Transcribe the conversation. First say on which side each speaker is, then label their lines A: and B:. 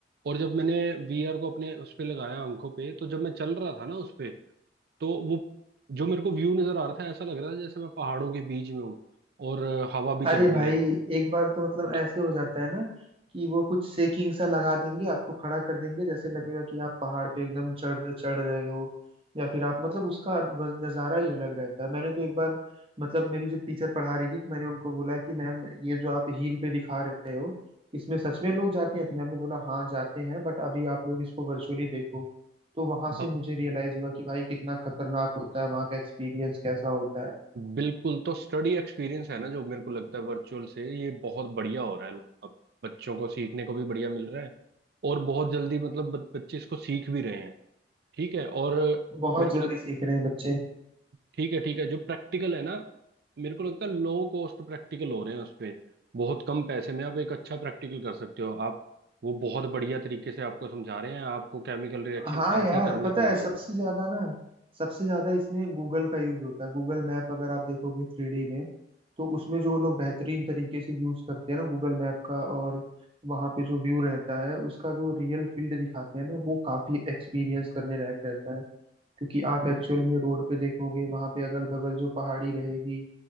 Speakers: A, on the right; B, on the right.
A: और जब मैंने वीआर को अपने उस पे लगाया आंखों पे तो जब मैं चल रहा था ना उस पे तो वो जो मेरे को व्यू नजर आ रहा था ऐसा लग रहा था जैसे मैं पहाड़ों के बीच में हूँ और अ, हवा भी चल
B: अरे
A: रही
B: भाई
A: है
B: एक बार तो मतलब
A: तो
B: ऐसे हो जाता है ना कि वो कुछ सेकिंग सा लगा देंगे आपको खड़ा कर देंगे जैसे लगेगा कि आप पहाड़ पे एकदम चढ़ चढ़ रहे हो या फिर आप मतलब उसका वज- नज़ारा ही अलग रहता है मैंने तो एक बार मतलब मेरी जो टीचर पढ़ा रही थी तो मैंने उनको बोला कि मैम ये जो आप हील पे दिखा रहे हो इसमें सच में लोग जाते हैं तो मैम ने बोला हाँ जाते हैं बट अभी आप लोग इसको वर्चुअली देखो तो वहां से
A: भ,
B: मुझे रियलाइज हुआ कि भाई कितना खतरनाक होता है वहाँ का एक्सपीरियंस कैसा होता है
A: बिल्कुल तो स्टडी एक्सपीरियंस है ना जो मेरे को लगता है वर्चुअल से ये बहुत बढ़िया हो रहा है अब बच्चों को सीखने को भी बढ़िया मिल रहा है और बहुत जल्दी मतलब ब- बच्चे इसको सीख भी रहे हैं ठीक है और अ,
B: बहुत
A: मेरे को
B: जल्दी
A: लग
B: सीख रहे हैं बच्चे
A: ठीक है ठीक है जो प्रैक्टिकल है ना मेरे को लगता है लो कॉस्ट प्रैक्टिकल हो रहे हैं उसपे बहुत कम पैसे में आप एक अच्छा प्रैक्टिकल कर सकते हो आप वो बहुत बढ़िया तरीके से आपको समझा रहे हैं आपको केमिकल रिएक्शन
B: हाँ
A: ऐसे
B: यार
A: ही करने
B: पता
A: को
B: है
A: मिलेगी
B: सबसे ज्यादा ना सबसे ज्यादा इसमें गूगल का यूज होता है गूगल मैप अगर आप देखोगे थ्री डी में तो उसमें जो लोग बेहतरीन तरीके से यूज करते हैं ना गूगल मैप का और वहाँ पे जो व्यू रहता है उसका जो रियल फील्ड दिखाते हैं ना वो काफी एक्सपीरियंस करने लायक रहता है क्योंकि आप एक्चुअल में रोड पे देखोगे वहाँ पे अगल बगल जो पहाड़ी रहेगी